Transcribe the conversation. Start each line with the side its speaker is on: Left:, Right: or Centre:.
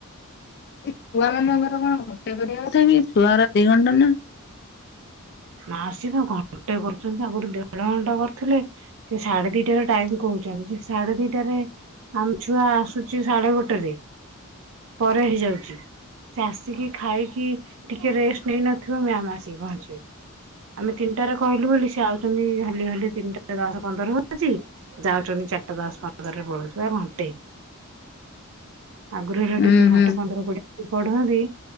Left: ଇ ଛୁଆ ମାନଙ୍କର କଣ ଗୋଟେ କରିବା କଥା କି ଛୁଆଗୁରା ଦି ଘଣ୍ଟା ନା।
Right: ନା ସିଏବା ଘଣ୍ଟେ କରୁଚନ୍ତି ଆଗରୁ ଦେଢ଼ ଘଣ୍ଟା କରୁଥିଲେ। ସେ ସାଢ଼େ ଦିଟରେ ଟାଇମ୍ କଉଚନ୍ତି ସାଡ଼େ ଦିଟାରେ ଆମ୍ ଛୁଆ ଆସୁଛି ସାଢ଼େ ଗୋଟେରେ ପରେ ହେଇଯାଉଛି। ସେ ଆସିକି ଖାଇକି ଟିକେ ରେଷ୍ଟ୍ ନେଇନଥିବ ମ୍ୟାମ୍ ଆସିକି ପହଞ୍ଚିବେ। ଆମେ ତିନଟାରେ କଇଲୁ ବୋଲି ସେ ଆଉଚନ୍ତି ହଲି ହଲି ତିନିଟା ଦଶ୍ ପନ୍ଦର ହଉଚି। ଯାଉଚନ୍ତି ଚାର୍ଟା ଦସ୍ ପନ୍ଦରରେ ପଳଉଚି ବା ଘଣ୍ଟେ। ଆଗରୁ ହେଲେ
Left: ହୁଁ
Right: ଟିକେ
Left: ହୁଁ
Right: ଘଣ୍ଟେ ପନ୍ଦର କୋଡି଼ଏ ମିନିଟ୍ ପଢ଼ନ୍ତି